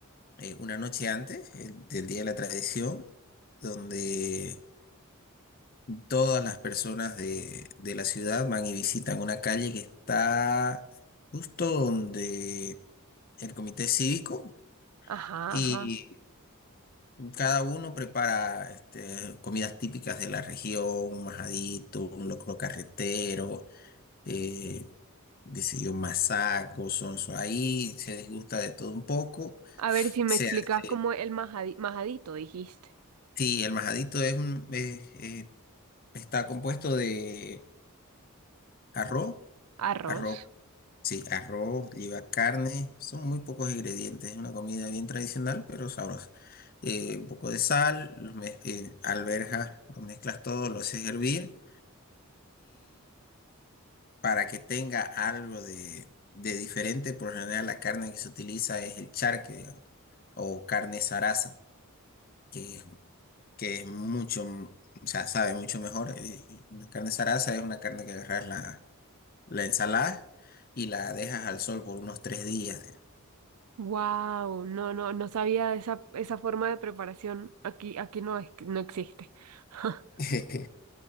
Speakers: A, on the left (about 40°); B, on the right (about 80°).
A: eh, una noche antes el- del Día de la Tradición, donde todas las personas de, de la ciudad van y visitan una calle que está justo donde el Comité Cívico
B: Ajá,
A: y
B: ajá.
A: cada uno prepara este, comidas típicas de la región, un majadito, un locro carretero eh, qué sé yo, masaco, sonso. Ahí se disgusta de todo un poco.
B: A ver si me
A: Se
B: explicas
A: hace,
B: cómo el majadi- majadito dijiste.
A: sí, el majadito es un, es- eh, está compuesto de arroz,
B: Arroz.
A: arroz, sí, arroz, lleva carne, son muy pocos ingredientes. Es una comida bien tradicional, pero sabrosa. Eh, un poco de sal, lo mez- eh, alberjas, lo mezclas todo, lo haces hervir. para que tenga algo de, de diferente, por lo general la carne que se utiliza es el charque, digamos, o carne zaraza, que, es- que es mucho, m- o sea, sabe mucho mejor. eh, Una carne zaraza es una carne que agarras la, la ensalada y la dejas al sol por unos tres días. digamos.
B: Wow, no, no, no sabía esa, esa forma de preparación. Aquí, aquí no, es- no existe. <laughs>
A: <laughs>